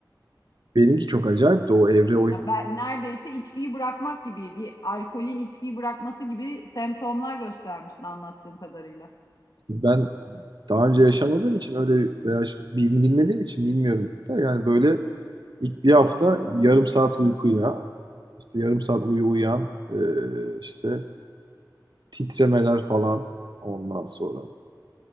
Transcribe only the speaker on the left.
Ya ben neredeyse içkiyi bırakmak gibi bir alkolün içkiyi bırakması gibi semptomlar göstermişsin anlattığın kadarıyla.